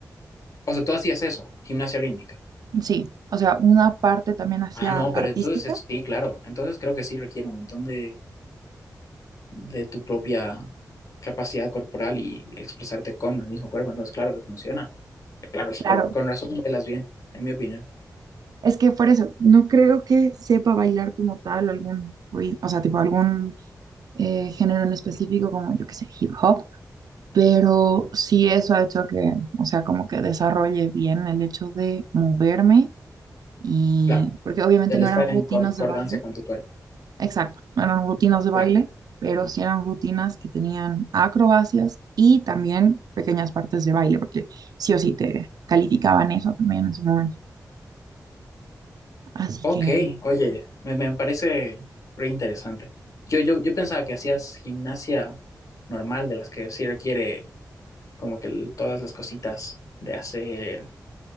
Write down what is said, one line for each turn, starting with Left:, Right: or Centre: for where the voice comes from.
Left: O sea, tú hacías eso, gimnasia rítmica.
Right: Sí, o sea, una parte también hacia
Left: Ah, no,
Right: artística.
Left: pero entonces es- sí, claro. Entonces creo que sí requiere un montón de, de tu propia capacidad corporal y expresarte con el mismo cuerpo. Entonces, claro que funciona. Claro, es
Right: Claro,
Left: por- con razón bailas bien, en mi opinión.
Right: es que por eso no creo que sepa bailar como tal algún rit- o sea, tipo algún eh, género en específico como yo que sé, hip hop. pero sí eso ha hecho que, o sea, como que desarrolle bien el hecho de moverme y,
Left: Claro,
Right: porque obviamente
Left: el
Right: no
Left: estar
Right: eran rutinas
Left: en cor- concordancia
Right: de baile,
Left: con tu cuerpo.
Right: exacto, no eran rutinas de
Left: Claro.
Right: baile, pero sí eran rutinas que tenían acrobacias y también pequeñas partes de baile, porque sí o sí te calificaban eso también en su momento. Así
Left: Ok,
Right: que,
Left: oye, me, me parece re interesante. Yo, yo, yo pensaba que hacías gimnasia normal, de las que sí requiere como que el- todas las cositas de hacer